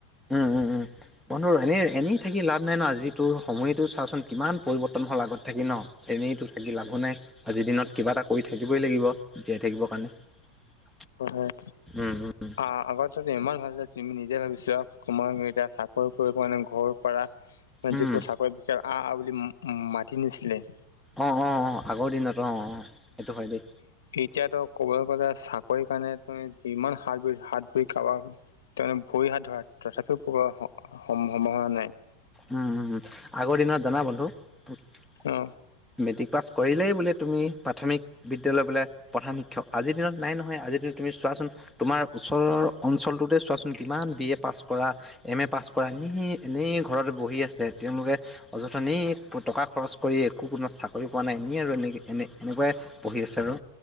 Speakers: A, in the centre; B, on the left.
A: উম উম উম। বন্ধু এনেই এনেই থাকি লাভ নাই ন, আজিটোৰ সময়টো চাওঁচোন কিমান পৰিৱৰ্তন হ'ল আগত থাকি ন? এনেইতো থাকি লাভো নাই। আজিৰ দিনত কিবা এটা কৰি থাকিবই লাগিব জীয়াই থাকিবৰ কাৰণে।
B: হয় হয়
A: উম উম
B: আ-আগত ইমান ভাল তুমি নিজে ভাবি চোৱা, তোমাৰ এতিয়া চাকৰি কৰি মানে ঘৰ পৰা
A: উম
B: যিবোৰ চাকৰি বিষ আ আ বুলি মাতি নিছিলে
A: অ অ অ আগৰ দিনত অ অ সেইটো হয় দেই।
B: এতিয়াতো ক'বলৈ গ'লে চাকৰি কাৰণে তুমি যিমান হাত ভৰি হাত ভৰি কাৰবাৰ ভৰি হাত ধৰা তথাপিও পোৱা সম-সম্ভাৱনা নাই।
A: উম উম আগৰ দিনত জানা বন্ধু? <unintelligible>
B: অ।
A: মেট্ৰিক পাছ কৰিলেই বোলে তুমি প্ৰাথমিক বিদ্যালয় বোলে প্ৰধান শিক্ষক। আজিৰ দিনত নাই নহয় আজি তুমি চোৱাচোন তোমাৰ ওচৰৰ অঞ্চলটোতে চোৱাচোন কিমান বি এ পাছ কৰা, এম এ পাছ কৰা কৰা এনে এনেই ঘৰত বহি আছে, তেওঁলোকে অযথা এনেই টকা খৰচ কৰি একো কোনো চাকৰি পোৱা নাই, এনেই আৰু এনেকৈ এনে এনেকুৱাই পঢ়ি আছে আৰু।